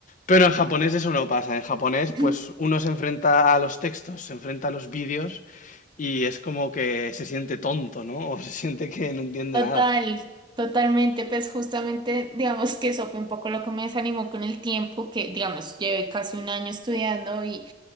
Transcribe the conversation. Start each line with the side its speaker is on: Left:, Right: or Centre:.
Left: Pero en japonés eso no pasa. En japonés,
Right: <laughs>
Left: pues uno se enfrenta a los textos, se enfrenta a los vídeos y es como que se siente tonto, ¿no? <laughs> O se siente que no entiende
Right: Total,
Left: nada.
Right: totalmente, pues justamente, digamos que eso fue un poco lo que me desanimó con el tiempo, que digamos, llevé casi un año estudiando y